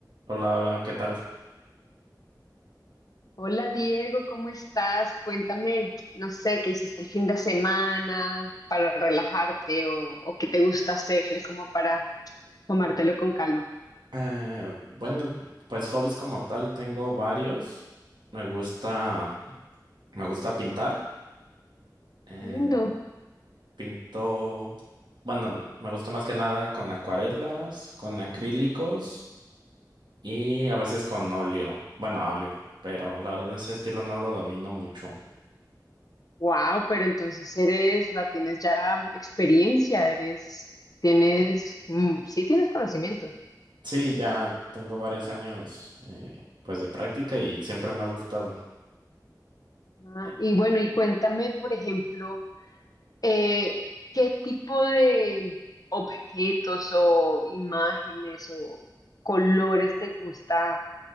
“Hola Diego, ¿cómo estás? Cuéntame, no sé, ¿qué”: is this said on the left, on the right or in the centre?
Left